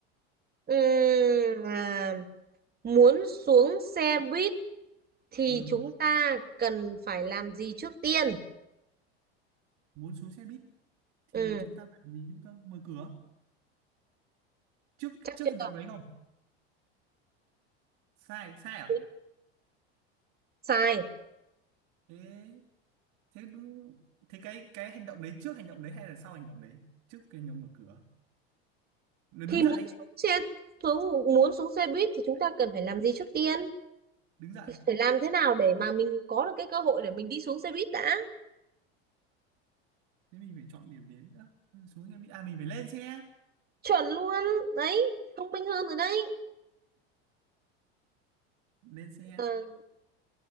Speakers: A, on the right; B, on the right.
A: Ừm, à, muốn xuống xe buýt thì
B: ừ.
A: chúng ta cần phải làm gì trước tiên?
B: muốn xuống xe buýt thì
A: Ừ,
B: chúng ta phải làm gì chúng ta mở cửa trước
A: chắc
B: trước
A: chưa?
B: hành động đấy không sai sai à
A: Muốn Sai.
B: thế thế đúng thế cái cái hành động đấy trước hành động đấy hay là sau hành động đấy trước cái hành động mở cửa Rồi
A: Thì
B: đứng
A: muốn
B: dậy
A: xuống xe xuống muốn xuống xe buýt thì chúng ta cần phải làm gì trước tiên?
B: đứng dậy
A: phải làm thế nào để mà mình có được cái cơ hội để mình đi xuống xe buýt đã
B: thế mình phải chọn điểm đến nữa Nhưng mà xuống em đi à mình phải lên xe
A: chuẩn luôn đấy thông minh hơn rồi đấy
B: lên xe
A: Ờ,